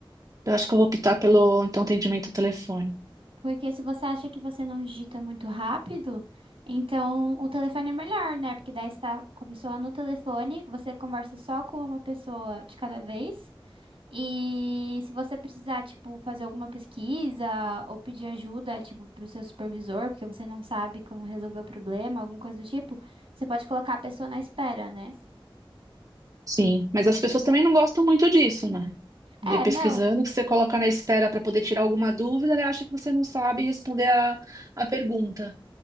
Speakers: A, on the right; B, on the right.
A: eu acho que eu vou optar pelo então atendimento ao telefone.
B: porque se você acha que você não digita muito rápido, então o telefone é melhor, né? Porque daí está com a pessoa no telefone, você conversa só com uma pessoa de cada vez. E se você precisar, tipo, fazer alguma pesquisa ou pedir ajuda, tipo, pro seu supervisor, porque você não sabe como resolver o problema, alguma coisa do tipo, você pode colocar a pessoa na espera, né?
A: Sim, mas as pessoas também não gostam muito disso, né? Andei
B: É,
A: pesquisando
B: não.
A: que você coloca na espera para poder tirar alguma dúvida, ele acha que você não sabe responder a, a pergunta.